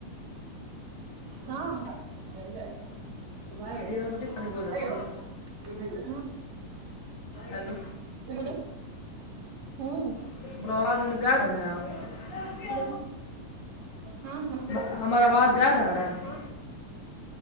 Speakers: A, on the right (about 70°); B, on the left (about 55°).
A: हँ <inaudible>
B: जी हम छोटी खाली बोल
A: <inaudible>
B: रहल छियै हेलो
A: <inaudible> हम्म।
B: <inaudible> जा रहले ये?
A: हेलो हँ हँ
B: <inaudible> हमर आवाज जा रहल ए?